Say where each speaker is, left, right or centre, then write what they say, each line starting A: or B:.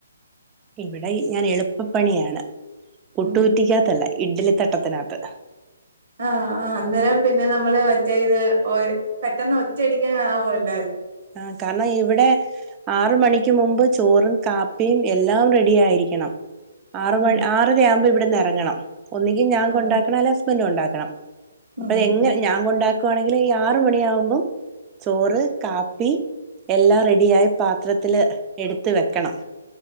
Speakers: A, on the right; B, on the right.
A: ഇവിടെ ഈ ഞാന് എളുപ്പപ്പണിയാണ്. പുട്ട്
B: ഉം
A: കുറ്റിക്കാത്തല്ല ഇഡ്ഡലിത്തട്ടത്തിനകത്ത്
B: ആഹ്, ആഹ് അന്നേരം പിന്നെ നമ്മള് മറ്റേ ഇത് ഓഹ് പെട്ടെന്ന് ഒറ്റയടിക്കങ്ങ് ആവൂവല്ലാ <unintelligible>
A: ആഹ്, കാരണം ഇവിടെ ആറ് മണിക്ക് മുമ്പ് ചോറും കാപ്പിയുംഎല്ലാം റെഡി ആയിരിക്കണം ആറ്
B: ഉം
A: മണി ആറര ആവുമ്പോൾ ഇവിടന്ന് ഇറങ്ങണം ഒന്നിങ്കി ഞാൻ
B: അതെ
A: കൊണ്ടാക്കണം അല്ലെങ്കി ഹസ്ബൻഡ് കൊണ്ടാക്കണം
B: ഉം
A: അത്പ്പങ്ങനെ
B: ഉം
A: ഞാൻ കൊണ്ടാക്കുവാണെങ്കിൽ ഈഹ് ആറ് മണിയാവുമ്പഴ് ചോറ് കാപ്പി എല്ലാ റെഡിയായി പാത്രത്തില് എടുത്ത് വെക്കണം